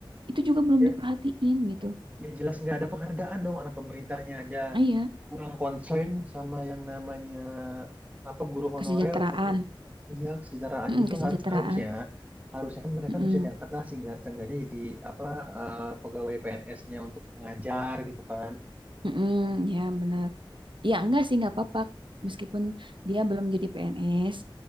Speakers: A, on the right; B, on the right.
A: itu juga belum
B: Dia,
A: diperhatiin gitu
B: dia jelas nggak ada penghargaan dong, anak pemerintahnya aja
A: ah, iya
B: kurang concern sama yang namanya apa guru honorer
A: kesejahteraan
B: atau iya kesetaraan
A: Mm-mm,
B: gitu
A: kesejahteraan
B: har- harusnya harusnya kan mereka
A: Mm-mm,
B: kan bisa diangkat lah sehingga seenggaknya jadi apa eh, pegawai PNS-nya untuk mengajar gitu kan.
A: mm-mm, ya benar ya enggak sih nggak apa-apa meskipun dia belum jadi PNS